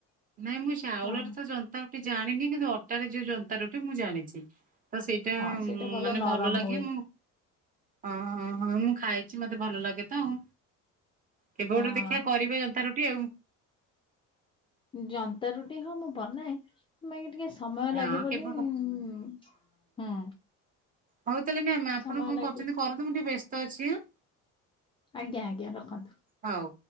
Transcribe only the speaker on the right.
ନାଇଁ ମୁଁ ଚାଉଳରେ
ତ ଯନ୍ତାର ଟି ଜାଣିନି କିନ୍ତୁ ଅଟାରେ ଯୋଉ ଯନ୍ତା ରୁଟି ମୁଁ ଜାଣିଚି। ତ ସେଇଟା
ମାନେ
ଭଲ ଲାଗେ
ମୁଁ ଓ ହ ହଁ ମୁଁ ଖାଇଚି। ମତେ ଭଲ ଲାଗେ ତ ଆଉ। କେବେ ଗୋଟେ
ଦେଖିବା କରିବେ ଜନ୍ତା ରୁଟି ଆଉ।
ହଁ
କେବେ
ହଁ। ହଉ ତାହେଲେ ମ୍ୟାାମ ଆପଣ
କଣ
କରୁଚନ୍ତି
କରନ୍ତୁ ମୁଁ ଟିକେ ବ୍ୟସ୍ତ ଅଛିଁ ହାଁ।
ହଉ।